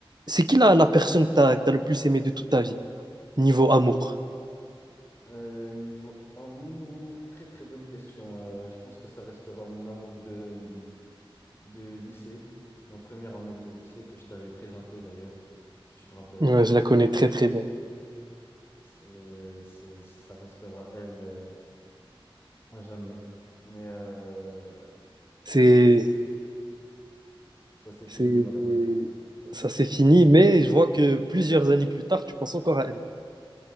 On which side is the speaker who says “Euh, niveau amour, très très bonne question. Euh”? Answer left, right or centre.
Left